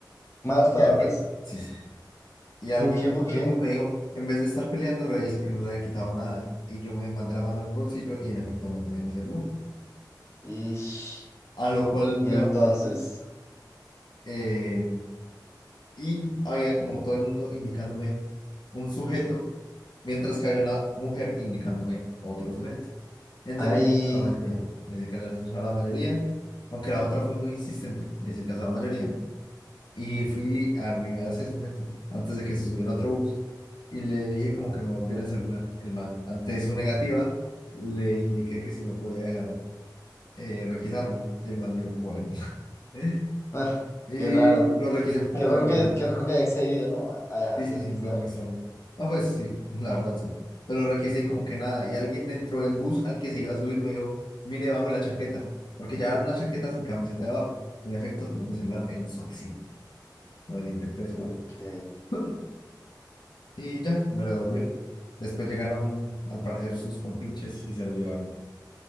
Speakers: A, on the left; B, on the left.
A: Malas palabras.
B: Y alguien, sí, sí. Y alguien
A: ¿Por qué? ¿Por
B: del
A: qué?
B: bus me dijo, en vez de estar peleando, revise que no le hayan quitado nada. Y yo me mandé la mano al bolsillo y en efecto no tenía mi celular.
A: Ish,
B: a lo cual
A: Y,
B: me
A: entonces,
B: bajé el bus eh, y había como todo el mundo indicándome un sujeto, mientras que había una mujer indicándome otro sujeto. Entonces
A: ay,
B: le dije a la mayoría, le dije que a la mayoría, aunque la otra fue muy insistente, le dije que a la mayoría. Y fui arriba a ese sujeto antes de que se subiera a otro bus y le dije como que me volviera el celular. El man, ante su negativa, le indiqué que si me podía dejar eh, requisarlo. El man dijo, bueno. <laughs>
A: ah,
B: Y
A: qué raro.
B: lo requise como...
A: Qué raro que, qué raro que haya accedido, ¿no? A, a dejarse
B: Sí, sí, sí,
A: requisar.
B: fue muy extraño. Ah, pues sí, <laughs> la verdad sí. Pero lo requise como que nada. Y alguien dentro del bus al que se iba a subir me dijo, mire bajo la chaqueta. Porque llevaba una chaqueta sin camiseta debajo. En efecto, tenía mi celular en su axil. Lo desinfecté después
A: Ok.
B: de eso. <laughs> Y ya, me lo devolvió. Después llegaron, al parecer, sus compinches y se lo llevaron.